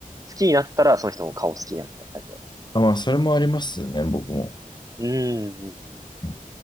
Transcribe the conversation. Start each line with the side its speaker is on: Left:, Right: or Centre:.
Right: 好きになったらその人の顔好きになるみたいなタイプだ。
Left: あ、まあ、それもありますね、僕も。
Right: うん、うん、うん。
Left: うん